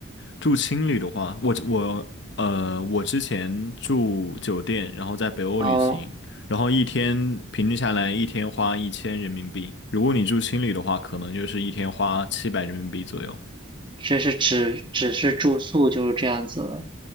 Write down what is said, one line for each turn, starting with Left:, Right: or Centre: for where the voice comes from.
Left: 住青旅的话，我我呃，我之前住酒店，然后在北欧旅行，
Right: 哦。
Left: 然后一天平均下来一天花一千人民币。如果你住青旅的话，可能就是一天花七百人民币左右。
Right: 这是只只是住宿就是这样子